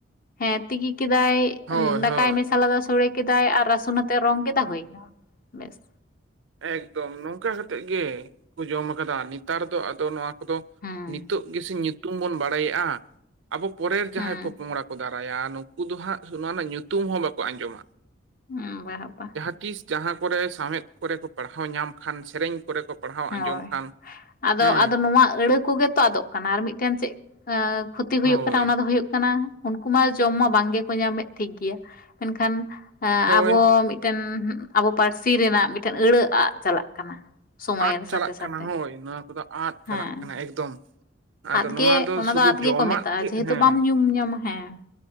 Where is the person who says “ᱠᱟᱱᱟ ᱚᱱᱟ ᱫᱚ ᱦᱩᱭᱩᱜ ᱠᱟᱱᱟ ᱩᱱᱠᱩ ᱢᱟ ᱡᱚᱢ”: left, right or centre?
Left